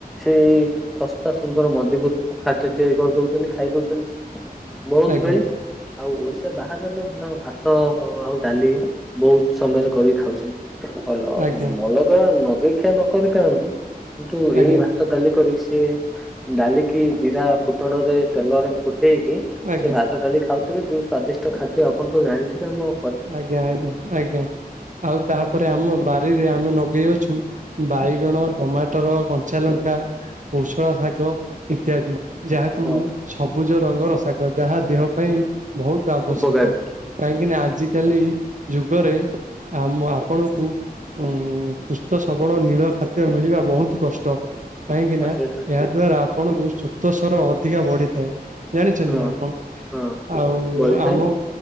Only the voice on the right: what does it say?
ଆଜ୍ଞା
ଆଜ୍ଞା
ଆଜ୍ଞା
ଆଜ୍ଞା
ଆଜ୍ଞା
ଆଜ୍ଞା ଆଜ୍ଞା ଆଜ୍ଞା ଆଉ ତାପରେ ଆମ ବାରିରେ ଆମେ ଲଗେଇ ଅଛୁ ବାଇଗଣ, ଟମାଟର, କଞ୍ଚା ଲଙ୍କା, କୋଶଳା ଶାଗ ଇତ୍ୟାଦି ଯାହାକୁ
ସବୁଜ ରଙ୍ଗର ଶାଗ ଯାହା ଦେହ ପାଇଁ ବହୁତ ଆବଶ୍ୟକ
କାହିଁକି ନା ଆଜିକାଲି ଯୁଗରେ ଆମ ଆପଣଙ୍କୁ ଉଁ ସୁସ୍ଥ ସବଳ ନୀଳ ଖାଦ୍ୟ ମିଳିବା ବହୁତ କଷ୍ଟ। କାହିଁକି
ନା
ଏହା ଦ୍ଵାରା ଆପଣଙ୍କୁ ଶ୍ୱେତସାର ଅଧିକା ବଢି ଥାଏ ଜାଣିଛନ୍ତି
ନା ଆପଣ,
ଆଉ
ଆମ